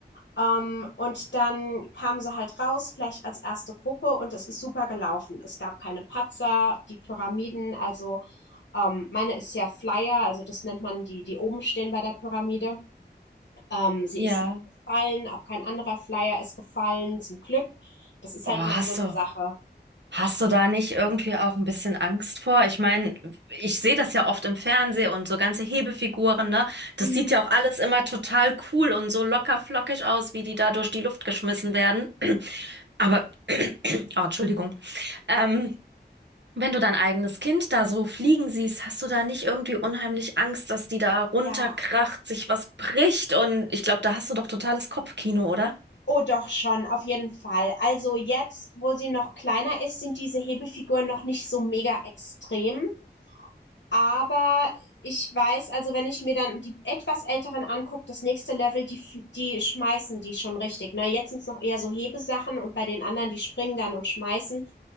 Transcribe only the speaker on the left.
Ähm, und dann kamen sie halt raus, gleich als erste Gruppe und es ist super gelaufen. Es gab keine Patzer, die Pyramiden, also ähm, meine ist ja Flyer, also das nennt man die, die oben stehen bei der Pyramide. Ähm, sie
ist nicht gefallen, auch kein anderer Flyer ist gefallen, zum Glück. Das ist
halt
immer so eine
Sache.
Mhm.
Ja,
Oh doch schon, auf jeden Fall. Also jetzt, wo sie noch kleiner ist, sind diese Hebefiguren noch nicht so mega extrem. Aber ich weiß, also wenn ich mir dann die etwas älteren angucke, das nächste Level, die, die schmeißen die schon richtig. Na, jetzt sind es noch eher so Hebesachen und bei den anderen, die springen dann und schmeißen.